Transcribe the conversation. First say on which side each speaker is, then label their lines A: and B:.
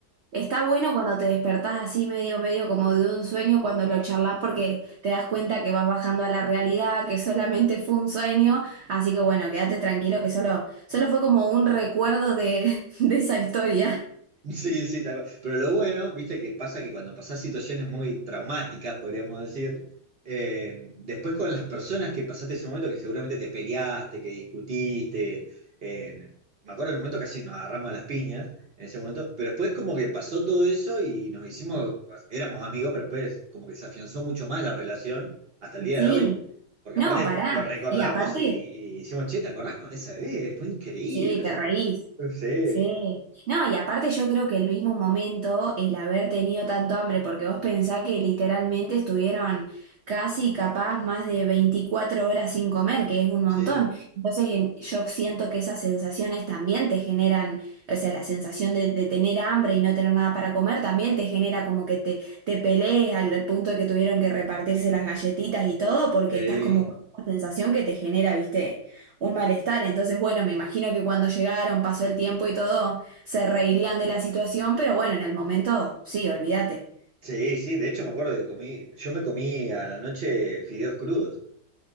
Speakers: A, on the right; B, on the right.
A: está bueno cuando te despertás así medio, medio como de un sueño cuando lo charlas porque te das cuenta que vas bajando a la realidad, que solamente fue un sueño. Así que bueno, quédate tranquilo que solo, solo fue como un recuerdo de, <laughs> de esa historia.
B: Sí, sí, tal cual. Pero lo bueno, viste, que pasa que cuando pasás situaciones muy traumáticas, podríamos decir, eh, después con las personas que pasaste ese momento, que seguramente te peleaste, que discutiste, eh, me acuerdo en un momento casi nos agarramos a las piñas en ese momento, pero después como que pasó todo eso y nos hicimos, éramos amigos, pero después como que se afianzó mucho más la relación hasta el día
A: Sí,
B: de hoy. Porque
A: no,
B: aparte
A: pará.
B: lo recordamos
A: Y aparte,
B: y, y hicimos, che, ¿te acordás de esa vez? Fue increíble,
A: sí, te
B: o sea,
A: reís.
B: sí.
A: Sí, no, y aparte yo creo que el mismo momento, el haber tenido tanto hambre, porque vos pensás que literalmente estuvieron casi capaz más de 24 horas sin comer, que es un montón.
B: Sí.
A: Entonces en- yo siento que esas sensaciones también te generan, o sea, la sensación de, de tener hambre y no tener nada para comer también te genera como que te, te pelees al, al punto de que tuvieron que repartirse las galletitas y todo, porque
B: Sí,
A: estás como con una sensación que te genera, ¿viste? un malestar. Entonces, bueno, me imagino que cuando llegaron, pasó el tiempo y todo, se reirían de la situación, pero bueno, en el momento, sí, olvídate.
B: sí, sí, de hecho me acuerdo que comí, yo me comí a la noche fideos crudos.